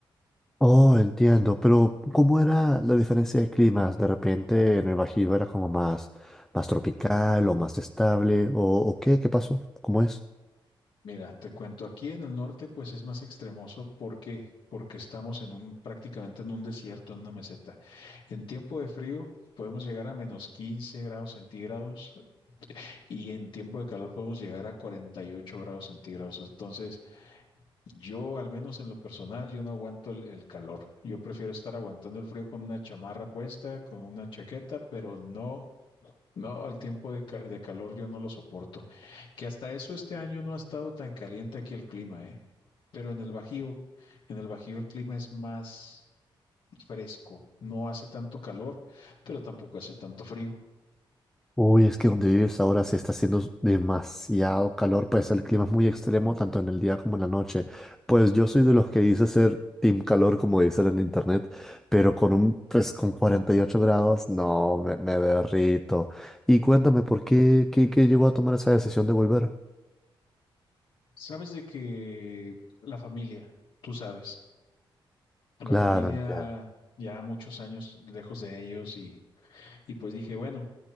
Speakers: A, in the centre; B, on the left.
A: Oh, entiendo, pero ¿cómo era la diferencia de climas? De repente en el Bajío era como más, más tropical o más estable, o, o qué, ¿qué pasó? ¿Cómo es?
B: Mira, te cuento, aquí en el norte pues es más extremoso. ¿Por qué? Porque estamos en un, prácticamente en un desierto, en una meseta. En tiempo de frío podemos llegar a menos 15 grados centígrados y en tiempo de calor podemos llegar a 48 grados centígrados. Entonces, yo al menos en lo personal, yo no aguanto el, el calor. Yo prefiero estar aguantando el frío con una chamarra puesta, con una chaqueta, pero no... No, el tiempo de, ca- de calor yo no lo soporto. Que hasta eso este año no ha estado tan caliente aquí el clima, ¿eh? pero en el Bajío, en el Bajío el clima es más fresco, no hace tanto calor, pero tampoco hace tanto frío.
A: Uy, es que donde vives ahora se está haciendo demasiado calor, pues el clima es muy extremo tanto en el día como en la noche. Pues yo soy de los que dice ser team calor, como dicen en internet, pero con un, pues con 48 grados, no, me, me derrito. Y cuéntame, ¿por qué, qué, qué llevó a tomar esa decisión de volver?
B: Sabes de que la familia, tú sabes, la
A: Claro,
B: familia
A: entiendo.
B: ya muchos años lejos de ellos y, y pues dije, bueno,